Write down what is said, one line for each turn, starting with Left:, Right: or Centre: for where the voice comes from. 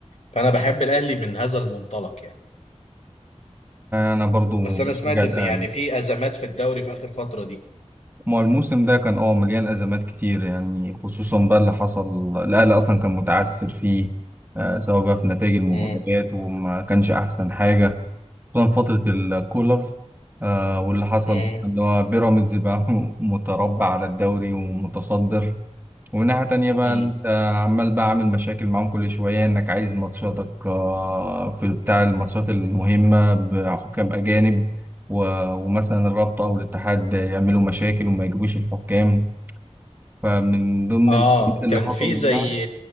Left: فأنا بحب الأهلي من هذا المنطلق يعني
Right: انا برضو
Left: بس أنا
Right: بشجع
Left: سمعت
Right: الاهلي
Left: إن يعني في أزمات في الدوري في آخر فترة دي
Right: ما هو الموسم ده كان اه مليان ازمات كتير يعني خصوصا بقى اللي حصل الاهلي اصلا كان متعثر فيه آه، سواء بقى في نتائج المباريات
Left: مم.
Right: وما كانش احسن حاجة خصوصا فترة الكولر آه، واللي حصل
Left: مم.
Right: اللي هو بيراميدز بقى <laughs> متربع على الدوري ومتصدر ومن ناحية تانية بقى
Left: مم.
Right: انت عمال بقى عامل مشاكل معاهم كل شوية انك عايز ماتشاتك آه، في بتاع الماتشات المهمة بحكام أجانب و- ومثلا الرابطة أو الاتحاد يعملوا مشاكل وما يجيبوش الحكام فمن ضمن
Left: اه
Right: الحاجات اللي
Left: كان
Right: حصلت
Left: في زي
Right: بقى